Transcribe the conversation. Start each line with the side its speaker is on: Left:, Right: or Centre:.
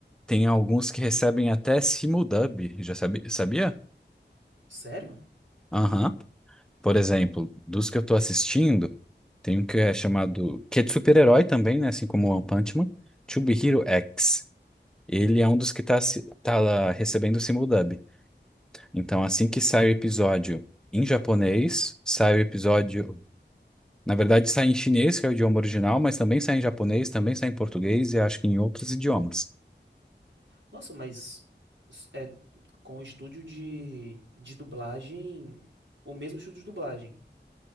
Centre: tem alguns que recebem até simuldub, já sabe, sabia?
Right: Sério?
Centre: Aham. Por exemplo, dos que eu tô assistindo, tem um que é chamado, que é de super-herói também, né? Assim como o One Punch Man, To Be Hero X. Ele é um dos que tá, se- tá lá recebendo simuldub. Então, assim que sai o episódio em japonês, sai o episódio Na verdade, sai em chinês, que é o idioma original, mas também sai em japonês, também sai em português e acho que em outros idiomas.
Right: Nossa, mas s- é com o estúdio de, de dublagem, o mesmo estúdio de dublagem.